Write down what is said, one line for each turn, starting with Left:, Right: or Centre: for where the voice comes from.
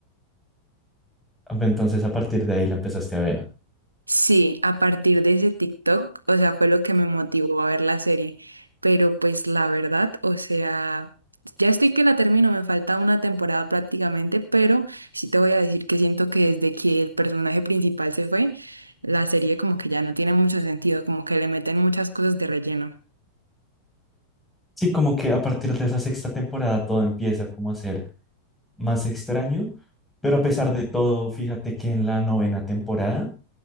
Centre: Ah, Entonces, a partir de ahí la empezaste a ver.
Right: Sí, a partir de ese TikTok, o sea, fue lo que me motivó a ver la serie. Pero pues la verdad, o sea, ya estoy que la termino, me falta una temporada prácticamente, pero sí te voy a decir que siento que desde que el personaje principal se fue, la serie como que ya no tiene mucho sentido, como que le meten muchas cosas de relleno.
Centre: Sí, como que a partir de esa sexta temporada todo empieza como a ser más extraño, pero a pesar de todo, fíjate que en la novena temporada